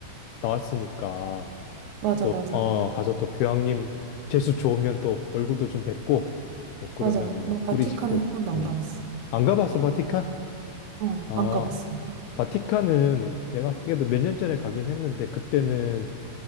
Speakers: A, on the left (about 85°); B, on the right (about 75°).
A: 나왔으니까.
B: 맞아,
A: 또,
B: 맞아,
A: 어, 가서 또 교황님 재수 좋으면 또 얼굴도 좀 뵙고, 뭐, 그러면
B: 맞아.
A: 뭐,
B: 나 바티칸은
A: 꿀이지, 꿀.
B: 한 번도 안
A: 음.
B: 가봤어.
A: 안 가봤어, 바티칸?
B: 어,
A: 아,
B: 안 가봤어.
A: 바티칸은 내가 그래도 몇 년 전에 가긴 했는데, 그때는